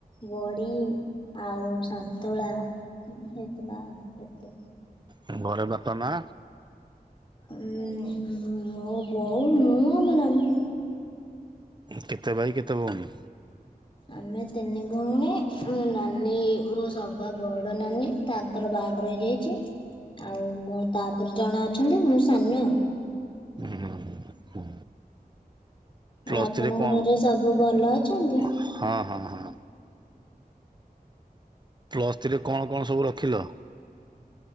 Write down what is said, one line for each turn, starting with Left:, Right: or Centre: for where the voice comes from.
Left: ବଡି ଆଉ ସନ୍ତୁଳା ହେଇଥିଲା। ଏତେ
Right: ହଁ ଘରେ ବାପା ମା।
Left: ମୋ ବୋଉ, ମୁଁ ଆଉ ମୋ ନାନୀ।
Right: କେତେ ଭାଇ, କେତେ ଭଉଣୀ?
Left: ଆମେ ତିନି ଭଉଣୀ, ମୋ ନାନୀ, ମୋ ସବା ବଡ ନାନୀ, ତାଙ୍କର ବା ବାହାଘର ହେଇଯାଇଛି ଆଉ ମୋ ତାପରେ ଜଣ ଅଛନ୍ତି, ମୁଁ ସାନ ଆ
Right: ହୁ ହ ହ ହୁଁ
Left: ଆଉ
Right: ପ୍ଲସ୍
Left: ଆପଣଙ୍କ
Right: ଥ୍ରୀ ରେ କଣ?
Left: ଘରେ ସବୁ ଭଲ ଅଛନ୍ତି?
Right: ହଁ ହଁ ହଁ। ପ୍ଲସ୍ ଥ୍ରୀ ରେ କଣ କଣ ସବୁ ରଖିଲ?